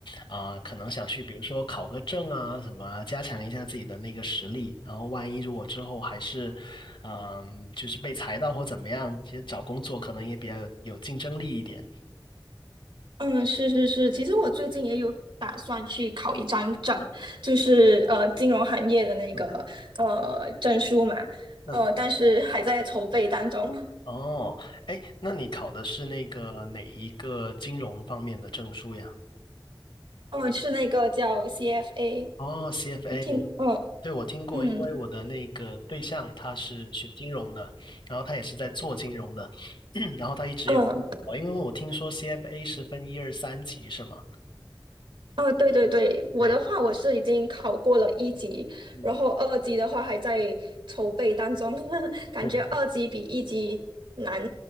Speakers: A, on the left; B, on the right.
A: 啊、可能想去，比如说考个证啊，什么啊加强一下自己的那个实力。然后，万一如果之后还是，嗯、就是被裁到或怎么样，其实找工作可能也比较有有竞争力一点。
B: 嗯，是是是，其实我最近也有打算去考一张证，就是呃金融行业的那个呃证书嘛，
A: 嗯嗯，
B: 呃，但是还在筹备当中。
A: 哦，哎，那你考的是那个哪一个金融方面的证书呀？
B: 哦，是那个叫 CFA，
A: 哦，CFA，
B: 你听，嗯
A: 对，我听过，
B: 嗯
A: 因为我的那个对象他是学金融的，然后他也是在做金融的，<clears throat> 然后他一直有，
B: 嗯，
A: 哦，因为我听说 CFA 是分一二三级是吗？
B: 哦，对对对，我的话我是已经考过了一级，
A: 对。嗯，
B: 然后二级的话还在筹备当中，<laughs> 感觉二级比一级难
A: 对，